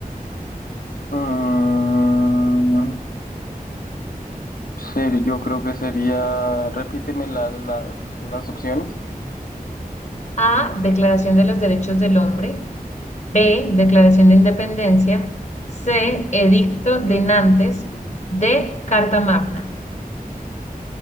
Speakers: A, on the left (about 70°); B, on the left (about 50°).
A: Mm, sí, yo creo que sería, repíteme la- las, las opciones.
B: A. Declaración de los Derechos del Hombre. B. Declaración de Independencia. C. Edicto de Nantes. D. Carta Magna.